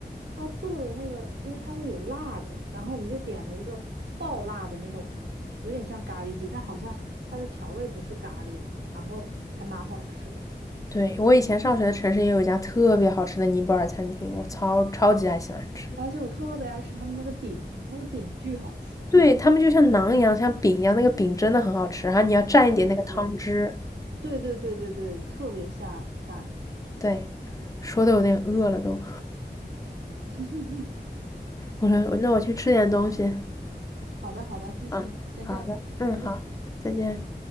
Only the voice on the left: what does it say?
对，我以前上学的城市也有一家特别好吃的尼泊尔餐厅，我超超级爱喜欢吃。
对，他们就像馕一样，像饼一样，那个饼真的很好吃，然后你要蘸一点那个汤汁。
对，说的有点饿了都。
我说那我去吃点东西。
嗯，
好的，嗯，
好，再见。